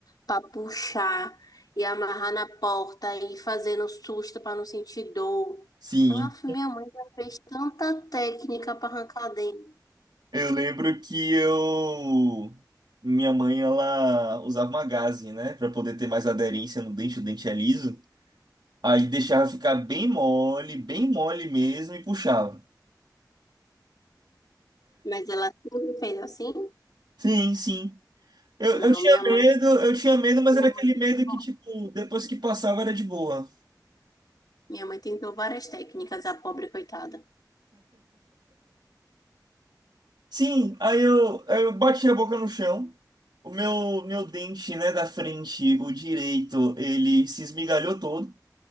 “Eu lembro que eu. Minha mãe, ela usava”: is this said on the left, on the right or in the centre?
Right